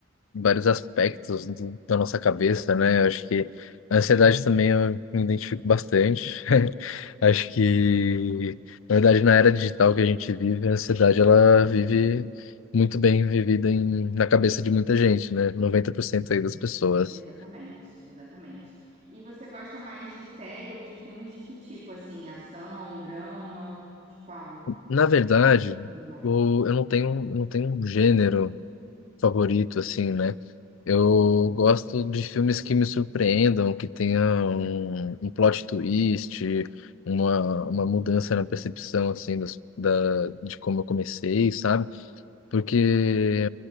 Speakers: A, on the left (about 80°); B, on the right (about 35°).
A: vários aspectos do- da nossa cabeça, né? Eu acho que a ansiedade também eu me identifico bastante. <laughs> Acho que na verdade na era digital que a gente vive, a ansiedade ela vive muito bem vivida
B: É,
A: em, na cabeça de muita gente, né? 90% aí
B: exata-
A: das pessoas.
B: exatamente, exatamente. E você gosta mais de série ou de filmes de que tipo, assim, ação, drama, de qual?
A: Na verdade,
B: Recomendar.
A: eu, eu não tenho eu não tenho um gênero favorito, assim, né? Eu gosto de filmes que me surpreendam, que tenham um, um plot twist, uma, uma mudança na percepção, assim, das, da, de como eu comecei, sabe? Porque